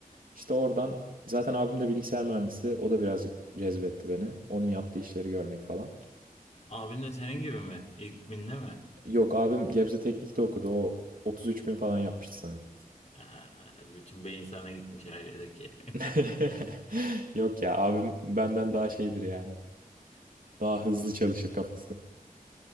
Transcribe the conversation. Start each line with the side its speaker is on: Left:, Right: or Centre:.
Right: İşte oradan zaten abim de bilgisayar mühendisi. O da birazcık cezbetti beni. Onun yaptığı işleri görmek falan.
Left: Abin de senin gibi mi? İlk binde mi?
Right: Yok abim Gebze Teknik'te okudu. O 33 bin falan yapmıştı sanırım.
Left: Aa, bütün beyin sana gitmiş ailedeki. <laughs>
Right: <laughs> Yok ya abim benden daha şeydir yani. Daha hızlı çalışır kafası.